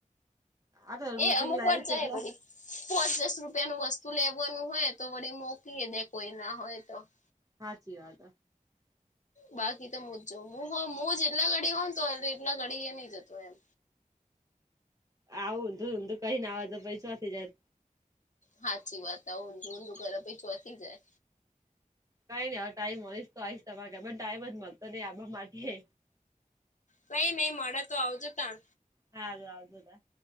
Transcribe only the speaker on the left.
એ અમુક
વાર ચાહે
ભડી પોચ દસ રૂપિયા ન વસ્તુ લેવાનું હોય તો વળી મોકીય દે કોઈ ના હોય તો <inaudible>
બાકી તો મુજ હું જેટલા ઘડી હો ને તો એટલા ઘડી એ નહી જતો એમ
હાચી વાત ઊંધું ઊંધું ઘર પહી ચોસી જાય
કઈ નહી મળે તો આવજો તા.